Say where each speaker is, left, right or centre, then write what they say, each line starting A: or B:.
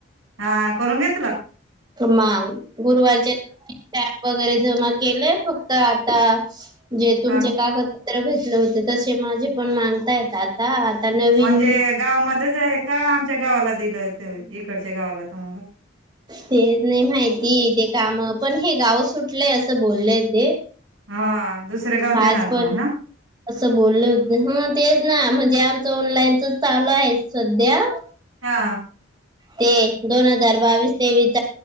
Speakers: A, on the right (about 85°); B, on the right (about 20°).
A: हा करून घे तुला.
B: मग गुरुवारच्या दिवशी ऍप वगैरे जमा केले फक्त आ त्ता स जे तुमचे
A: हा
B: कागदपत्र घेतले होते त तसे माझे पण मांगतायेत आता आता नवीन
A: म्हणजे गावामध्येच आहे का आमच्या गावाला दिलं तुम्ही इकडच्या गावाला तुम्हाला
B: ते नाही माहिती ते. काम पण हे गाव सुटलंय असं बोललंय ते,
A: हा दुसरे गाव
B: आज
A: देणार
B: पण
A: मग ना
B: असं बोलले होते ह तेच ना म जे आमचं ऑनलाईनच चालू आहे सध्या
A: हा
B: ते दोन हजार बावीस तेवीस. -